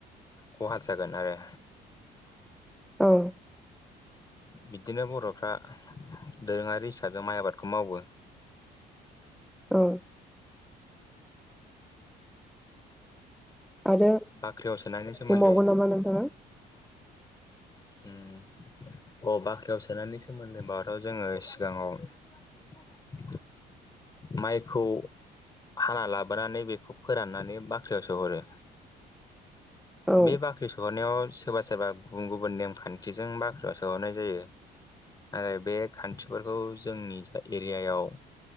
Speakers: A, on the left; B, in the centre.
A: खहा जागोन आरो।
B: ओं।
A: बिदिनो बर'फ्रा दोरोङारि हिसाबै माइ आबादखौ मावो।
B: ओं। आरो
A: बाख्रियाव सोनायनि सोमोन्दै
B: बुंबावगोन नामा नोंथाङा?
A: उम अह बाख्रियाव सोनायनि सोमोन्दै होनबाथ' जोङो सिगाङाव <inaudible> माइखौ हाना लाबोनानै बेखौ फोराननानै बाख्रियावसो सोहरो।
B: औ
A: बे बाख्रि सोहरनायाव सोरबा सोरबा गुबुन गुबुन नेमखान्थिजों बाख्रियाव सोहरनाय जायो। नाथाय बे खान्थिफोरखौ जोंनि जा एरियायाव